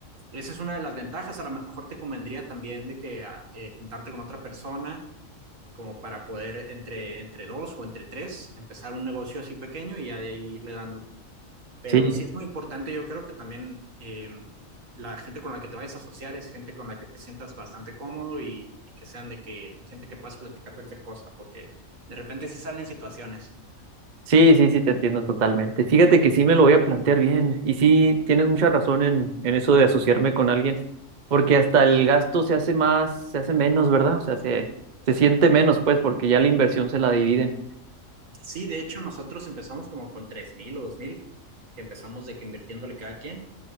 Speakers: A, on the right; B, on the right.
A: Esa es una de las ventajas. A lo mejor te convendría también de que ah, eh, juntarte con otra persona como para poder entre, entre dos o entre tres empezar un negocio así pequeño y ya de ahí irle dando. Pero
B: Sí,
A: sí es muy importante, yo creo que también eh, la gente con la que te vayas a asociar es gente con la que te sientas bastante cómodo y, y que sean de que gente que puedas platicar cualquier cosa, porque de repente sí salen situaciones.
B: sí, sí, sí, te entiendo totalmente. Fíjate que sí me lo voy a plantear bien y sí tienes mucha razón en, en eso de asociarme con alguien, porque hasta el gasto se hace más, se hace menos, ¿verdad? O sea, se, se siente menos, pues, porque ya la inversión se la dividen.
A: Sí, de hecho, nosotros empezamos como con 3.000 o 2.000 que empezamos de que invirtiéndole cada quien